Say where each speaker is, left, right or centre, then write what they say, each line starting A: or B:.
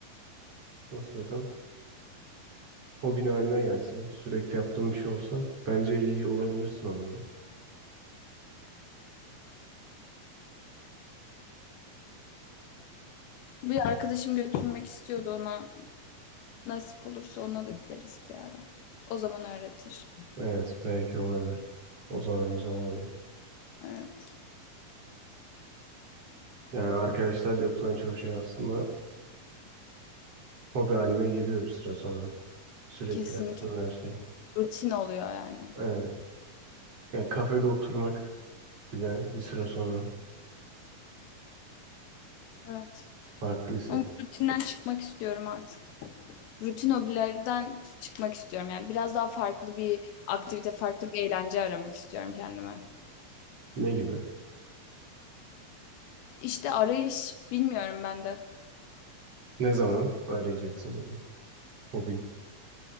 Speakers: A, on the right; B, on the left.
A: nasıl desem hobin haline gelse sürekli yaptığın bir şey olsa bence iyi olabilirsin onda.
B: Bir arkadaşım götürmek istiyordu ona. Nasip olursa ona da gideriz bir ara. O zaman öğretir.
A: Evet belki olabilir. O zaman güzel olabilir.
B: Evet.
A: Yani arkadaşlarla yapılan çoğu şey aslında hobi haline geliyor bir süre sonra. Sürekli
B: Kesinlikle.
A: yaptığın her şey.
B: Rutin oluyor yani.
A: Evet. Yani kafede oturmak bile bir süre sonra
B: Evet.
A: farklı hisset.
B: Ama bu rutinden çıkmak istiyorum artık. Rutin hobilerden çıkmak istiyorum. Yani biraz daha farklı bir aktivite, farklı bir eğlence aramak istiyorum kendime.
A: Ne gibi?
B: İşte arayış bilmiyorum ben de.
A: Ne zaman arayacaksın bunu? hobi?